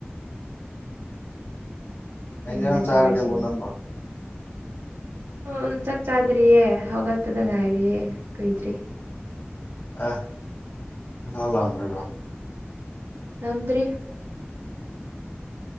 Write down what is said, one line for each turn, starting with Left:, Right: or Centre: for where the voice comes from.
Left: ꯑꯩꯩꯅ
Right: ꯑꯩꯅ
Left: ꯅꯪ ꯆꯥꯔꯒꯦꯕꯣ
Right: ꯇꯧꯔꯤꯁꯤꯕꯨ
Left: ꯅꯪꯝꯕ <inaudible>
Right: ꯑꯣ ꯆꯥꯛ ꯆꯥꯗ꯭ꯔꯤꯌꯦ ꯍꯧꯒꯠꯄꯗ ꯉꯥꯏꯔꯤꯌꯦ ꯀꯨꯏꯗ꯭ꯔꯤ
Left: ꯑ ꯂꯥꯛ ꯂꯥꯎꯑꯗꯔꯣ <inaudible>
Right: ꯅꯝꯗ꯭ꯔꯤ